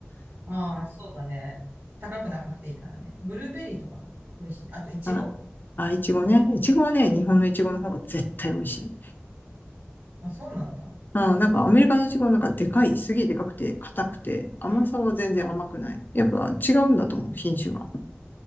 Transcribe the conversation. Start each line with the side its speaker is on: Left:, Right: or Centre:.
Right: ああ、そうだね。高くなくていいからね。ブルーベリーとかも美味しい。あと、イチゴ
Left: うん。あ、いちごね。いちごはね、日本のいちごの方が絶対美味しい。
Right: あ、そうなんだ。
Left: うん、なんかアメリカのいちごなんかでかい、
Right: な
Left: すげえでかくて、硬くて、甘さは全然甘くない。
Right: うん。
Left: やっぱ違うんだと思う、品種が。